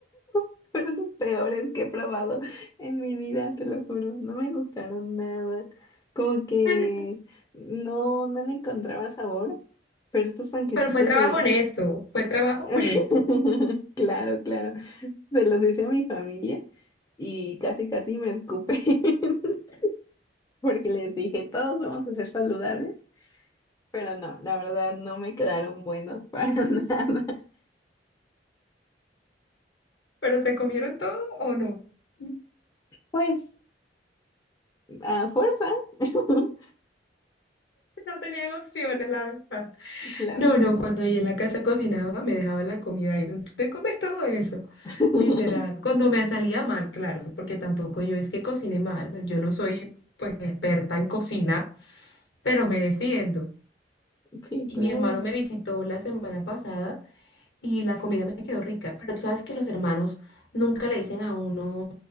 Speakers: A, on the left (about 20°); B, on the left (about 80°).
A: <laughs> Fueron los peores que he probado en mi vida, te lo juro. No me gustaron nada. Como que
B: <laughs>
A: no, no le encontraba sabor, pero estos panquecitos
B: Pero fue trabajo
A: se...
B: honesto, fue trabajo
A: <laughs>
B: honesto.
A: Claro, claro. Se los hice a mi familia y casi, casi me escupé <laughs> porque les dije, todos vamos a ser saludables, pero no, la verdad no me quedaron buenos para <laughs> nada.
B: ¿Pero se comieron todo o no? <laughs>
A: Pues a fuerza, <laughs>
B: No tenían opciones, la verdad.
A: la
B: No,
A: verdad
B: no,
A: no.
B: cuando ella en la casa cocinaba me dejaban la comida y no, tú te comes todo eso,
A: <laughs>
B: literal. Cuando me salía mal, claro, porque tampoco yo es que cocine mal, yo no soy pues experta en cocina, pero me defiendo.
A: Sí,
B: Y
A: claro.
B: mi hermano me visitó la semana pasada y la comida me quedó rica. Pero tú sabes que los hermanos nunca le dicen a uno